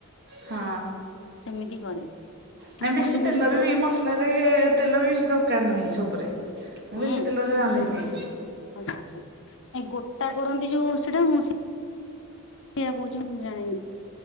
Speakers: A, on the right (about 50°); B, on the left (about 60°).
A: ହଁ
B: ସେମିତି କରେ
A: ନାଇଁ
B: ଆପଣ
A: ବେଶୀ
B: ଯୋଉ କହୁଛନ୍ତି
A: ତେଲରେ
B: ଗୋ
A: ବି ମ ସଲାରେ ତେଲ ବି ବେଶୀ ଦରକାର ନାହିଁ ଛତୁରେ। ମୁଁ
B: ହୁଁ
A: ବେଶୀ ତେଲରେ ରାନ୍ଧେନି।
B: ଆଚ୍ଛା ଆଚ୍ଛା ଏ ଗୋଟା କରନ୍ତି ଯୋଉ ସେଟା ମ ସେଇଆ କୋହୁଚି ମୁଁ ଜାଣନି।